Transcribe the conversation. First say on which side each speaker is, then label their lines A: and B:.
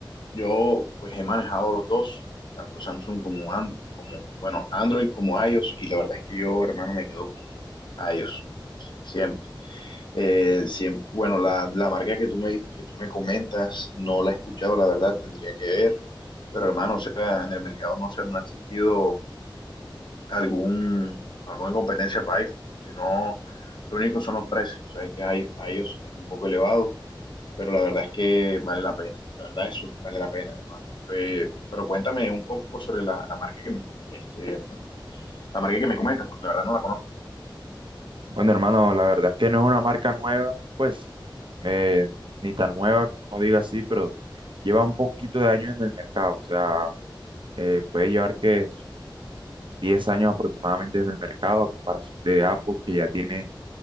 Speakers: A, on the left; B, on the right.
A: yo pues he manejado los dos, tanto Samsung como, An- como bueno, Android como iOS, y la verdad es que yo, hermano, me quedo con iOS, siempre. Eh, siempre, bueno, la, la marca que tú me, que tú me comentas no la he escuchado, la verdad, tendría que ver. Pero hermano, o sea, en el mercado no, se, no ha existido algún, alguna competencia para iPhone, sino lo único son los precios. Sabes que hay, iOS es un poco elevado, pero la verdad es que vale la pena. La verdad eso vale la pena, hermano. Eh, pero cuéntame un poco sobre la, la marca que, este, la marca que me comentas, porque la verdad no la conozco.
B: Bueno, hermano, la verdad es que no es una marca nueva, pues eh, ni tan nueva que uno diga así, pero lleva un poquito de años en el mercado, o sea, eh, puede llevar que 10 años aproximadamente en el mercado a comparación de Apple, que ya tiene,